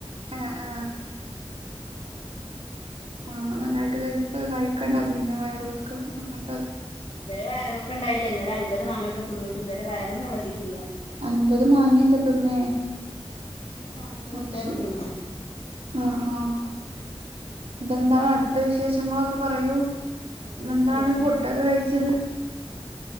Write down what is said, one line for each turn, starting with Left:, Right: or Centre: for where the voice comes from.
Right: ആഹ ആഹ മാങ്ങനന്നായിട്ട് കയിക്ക് കയ്ക്കണ്ട പിന്നെ വയറളക്കം അങ്ങ
Left: ഇതുവരെ വയറിളക്കം ഇണ്ടായില്ല ഇന്നലെ അമ്പപത് മാങ്ങൊക്കെ തി ഇതുവരെ വയറൊന്നും ഇളകിയിട്ടില്ല.
Right: അൻപത് മാങ്ങയൊക്കെ തിന്നേ?
Left: അൻപത് മാങ്ങൊക്കെ കുത്തിർന്ന്
Right: ആഹ് ശരി
Left: തിന്ന്
Right: ആഹ് ആഹ്. ഇതെന്താണ് അടുത്ത വിശേഷങ്ങളൊക്കെ പറയൂ.
Left: നല്ല
Right: ഇന്നെന്താണ്
Left: വിശേഷങ്ങൾ
Right: ഫുഡോക്കെ കഴിച്ചത്?